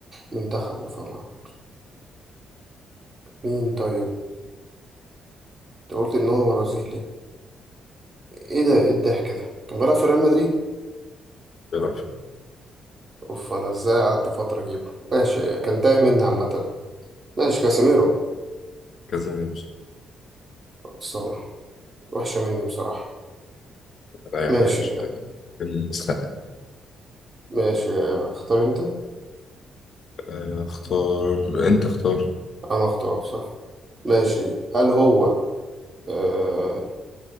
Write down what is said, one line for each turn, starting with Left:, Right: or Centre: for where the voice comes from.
Right: منتخبه فما مين طيب؟ أنت قلت إن هو برازيلي إيه ده إيه الضحك ده؟ كان بيلعب في ريال مدريد؟
Left: بيلعب في
Right: اوف انا ازاي قعدت فترة اجيبه ماشي كان تايه مني عامة ماشي كاسيميرو
Left: كذا مش
Right: بس هو وحشة مني بصراحة
Left: ولا
Right: ماشي
Left: أي حاجة مش عارف المسخرة.
Right: ماشي اختار انت
Left: آه، اختار أنت اختار
Right: انا اختار صح ماشي هل هو آه